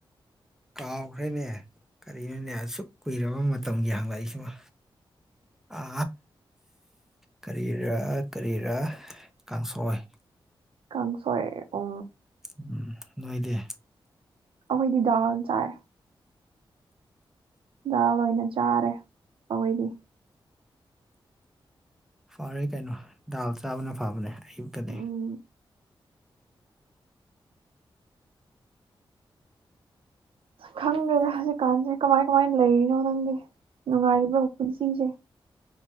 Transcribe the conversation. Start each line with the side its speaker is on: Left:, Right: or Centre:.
Centre: ꯀꯥꯎꯈ꯭ꯔꯦꯅꯦ ꯀꯔꯤꯅꯣꯅꯦ ꯑꯁꯨꯛ ꯀꯨꯏꯔꯕ ꯃꯇꯝꯒꯤ ꯍꯥꯡꯂꯛꯏꯁꯤꯃ ꯑ ꯀꯔꯤꯔꯥ ꯀꯔꯤꯔꯥ ꯀꯥꯡꯁꯣꯏ
Right: ꯀꯥꯡꯪꯁꯣꯏꯦ ꯎ
Centre: ꯎꯝ ꯅꯣꯏꯗꯤ
Right: ꯑꯈꯣꯏꯗꯤ ꯗꯥꯜ ꯆꯥꯏ ꯗꯥꯜ ꯑꯣꯏꯅ ꯆꯥꯔꯦ ꯑꯩꯈꯣꯏꯗꯤ
Centre: ꯐꯔꯦ ꯀꯩꯅꯣ ꯗꯥꯜ ꯆꯥꯕꯅ ꯐꯕꯅꯦ ꯑꯌꯨꯛꯇꯗꯤ
Right: ꯎꯝ ꯈꯪꯗꯗꯦ ꯍꯧꯖꯤꯛꯀꯥꯟꯁꯦ ꯀꯃꯥꯏ ꯀꯃꯥꯏꯅ ꯂꯩꯔꯤꯅꯣ ꯅꯪꯗꯤ ꯅꯨꯡꯉꯥꯏꯔꯤꯕ꯭ꯔꯣ ꯄꯨꯟꯁꯤꯁꯦ